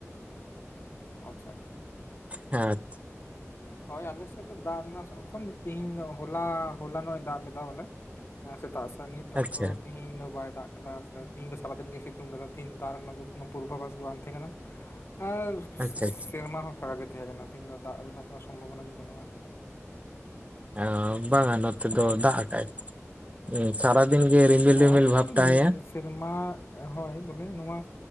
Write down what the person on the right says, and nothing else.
ᱦᱮᱸ ᱟᱪᱪᱷᱟ᱾
ᱟᱪᱪᱷᱟ
ᱟᱪᱪᱷᱟ
ᱟᱪᱪᱷᱟ
ᱮᱸ ᱵᱟᱝ-ᱟ ᱱᱚᱛᱮ ᱫᱚ ᱫᱟᱜ ᱟᱠᱟᱭ᱾ ᱮ ᱥᱟᱨᱟ ᱫᱤᱱ ᱜᱮ ᱨᱤᱢᱤᱞ
ᱨᱤᱢᱤᱞ
ᱵᱷᱟᱵᱽ ᱛᱟᱦᱮᱸᱭᱟ᱾